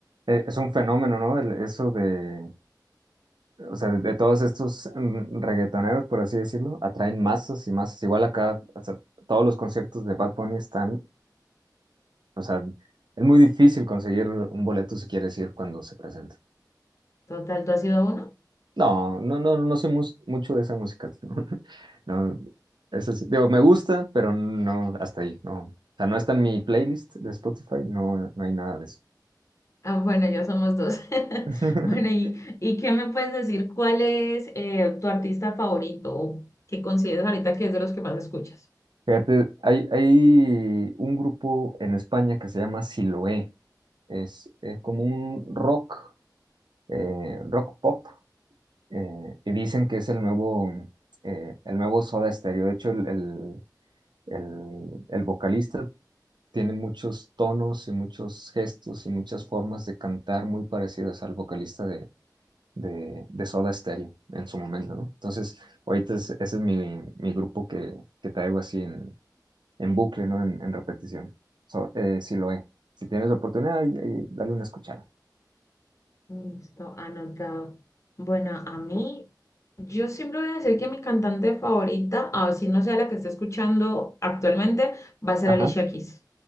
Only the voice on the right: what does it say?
es es un fenómeno, ¿no? El- eso de, o sea, de, de todos estos mm, reggaetoneros, por así decirlo, atraen masas y masas. Igual acá, o sea, todos los conciertos de Bad Bunny están, o sea, es muy difícil conseguir un boleto si quieres ir cuando se presenta.
No, no, no, no soy mus- mucho de esa música. <laughs> No, eso sí, digo, me gusta, pero no, hasta ahí, no. O sea, no está en mi playlist de Spotify, no, no hay nada de eso.
<laughs>
Fíjate, hay, hay un grupo en España que se llama Siloé. Es, es como un rock, eh, rock pop, eh, y dicen que es el nuevo, eh, el nuevo Soda Stereo. De hecho, el, el, el- el vocalista tiene muchos tonos y muchos gestos y muchas formas de cantar muy parecidas al vocalista de, de, de Soda Stereo en su momento, ¿no? Entonces, ahorita es- ese es mi, mi grupo que, que traigo así en bucle, ¿no? En, en repetición. So, eh, si lo he. Si tienes oportunidad, ahí- ahí dale una escuchada.
Ajá,